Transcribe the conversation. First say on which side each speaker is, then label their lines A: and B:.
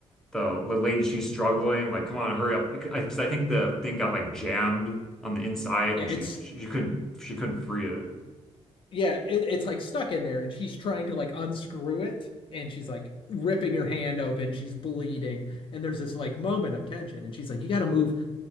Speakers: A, in the centre; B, on the left (about 50°).
A: the the lady she's struggling like come on hurry up because I think the thing got like jammed on the inside
B: Yeah,
A: and
B: it's
A: she she, couldn't she couldn't free it
B: yeah it, it's like stuck in there and she's trying to like unscrew it and she's like ripping her hand open, she's bleeding and there's this like moment of tension and she's like you gotta move